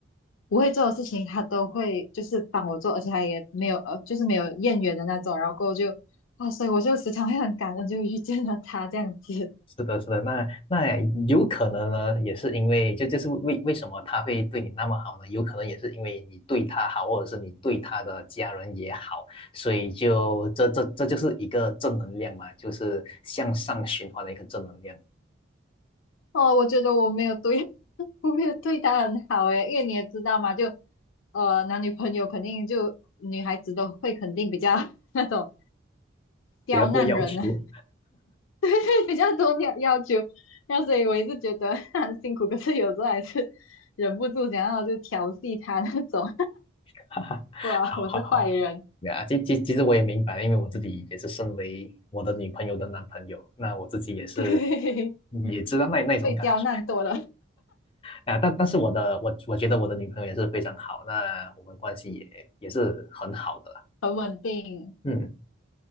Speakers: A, on the left; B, on the left.
A: 不会做的事情，他都会就是帮我做，而且他也没有呃就是没有怨言的那种，然后过后就啊，所以我就时常会很感恩，就遇见了他这样子。
B: 是的，是的，那那有可能呢，也是因为就就是为为什么他会对你那么好呢？有可能也是因为你对他好，或者是你对他的家人也好，所以就这这这就是一个正能量嘛，就是向上循环的一个正能量。
A: <laughs> 哦，我觉得我没有对，<laughs> 我没有对他很好诶，因为你也知道嘛，就呃男女朋友肯定就女孩子都会肯定比较 <laughs> 那种刁难人啊
B: 不要多要求，
A: <laughs> 比较多要要求，那所以我一直觉得 <laughs> 他很辛苦，可是有时候还是 <laughs> 忍不住想要就调戏他那种，
B: <laughs> 哈哈，
A: <laughs> 不啊，
B: 好好好，
A: 我是坏人，
B: 呀，其其其实我也明白，因为我自己也是身为我的女朋友的男朋友，那我自己也是
A: <laughs> 对，
B: 也知道那那种感觉
A: 被刁难多了，
B: 啊，但但是我的我我觉得我的女朋友也是非常好，那我们关系也也是很好的啦，
A: <laughs> 很稳定。
B: 嗯。